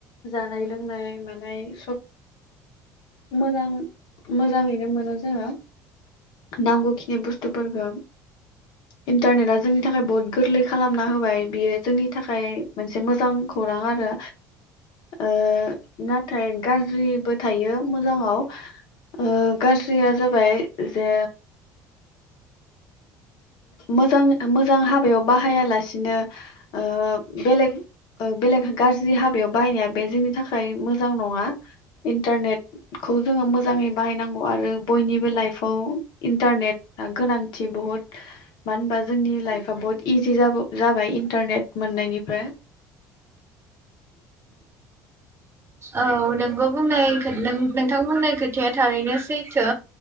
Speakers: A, on the left (about 50°); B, on the right (about 25°).
A: जा नाय लोंनाय मानाय सब मोजां मोजाङैनो मोनो जोङो नांगौखिनि बुस्थुफोरखौ इन्टारनेटआ जोंनि थाखाय बहुत गोरलै खालामना होबाय बियो जोंनि थाखाय मोनसे मोजां खौरां आरो ओ नाथाय गाज्रि बो थायो मोजाङाव ओ गाज्रिया जाबाय जे मोजां मोजां हाबायाव बाहायालासिनो ओ बेलेग बेलेग गाज्रि हाबायाव बाहायनाया बे जोंनि थाखाय मोजां नङा इन्टारनेटखौ जोङो मोजाङै बाहायनांगौ आरो बयनिबो लाइफआव इन्टारनेट गोनांथि बहुत मानो होनबा जोंनि लाइफआ बहुत इजि जाब जाबाय इन्टारनेट मोननायनिफ्राय
B: औ नोंगौ बुंनाय नों नोंथां होननाय खोथाया थारैनो सैथो